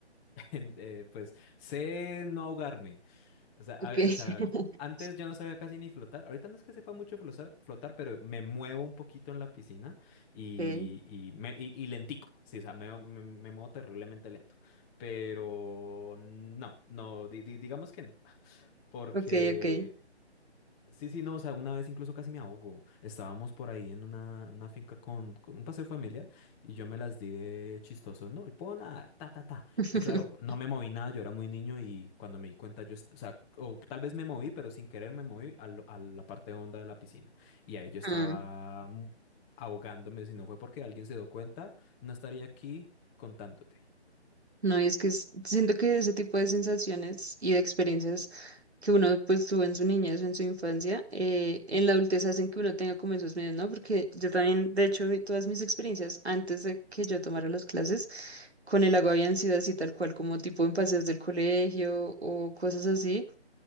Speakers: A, in the centre; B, on the right.
A: <laughs> Eh, pues sé no ahogarme. O sea, a-
B: Ok, <laughs>
A: o sea, antes yo no sabía casi ni flotar. Ahorita no es que sepa mucho flotar, flotar, pero me muevo un poquito en la piscina y,
B: ok,
A: y, me, y, y lentico. Sí, o sea, me, me, me muevo terriblemente lento. Pero no, no, di- di- digamos que no. Porque
B: ok, ok.
A: Sí, sí, no, o sea, una vez incluso casi me ahogo. Estábamos por ahí en una, una finca con, con un paseo familiar y yo me las di de chistoso, no, y puedo nadar, ta, ta, ta.
B: <laughs>
A: Y claro, no me moví nada, yo era muy niño y cuando me di cuenta yo, est- o sea, o tal vez me moví, pero sin querer me moví a, lo- a la parte honda de la piscina. Y ahí yo estaba
B: Mm,
A: mm, ahogándome, si no fue porque alguien se dio cuenta, no estaría aquí contándote.
B: No, y es que es- siento que ese tipo de sensaciones y de experiencias que uno pues tuvo en su niñez o en su infancia, eh, en la adultez hacen que uno tenga como esos miedos, ¿no? Porque yo también, de hecho, mi- todas mis experiencias antes de que yo tomara las clases con el agua habían sido así tal cual, como tipo en paseos del colegio o cosas así.